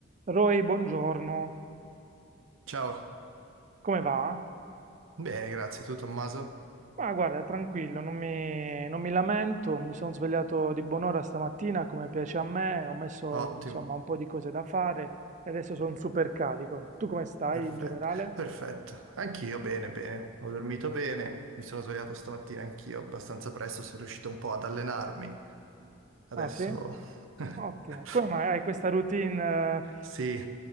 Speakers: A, on the right; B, on the right.
A: Roy, buongiorno,
B: Ciao,
A: come va?
B: bene, grazie. Tu Tommaso?
A: Ma guarda, tranquillo, non mi, non mi lamento, mi sono svegliato di buon'ora stamattina come piace a me, ho messo
B: Ottimo,
A: insomma un po' di cose da fare e adesso sono super carico. Tu come stai
B: perfetto,
A: in generale?
B: perfetto. Anch'io bene, bene. Ho dormito bene, mi sono svegliato stamattina anch'io abbastanza presto, sono riuscito un po' ad allenarmi. Adesso
A: Ah sì?
B: <laughs>
A: Ottimo, come mai hai questa routine? eh,
B: sì,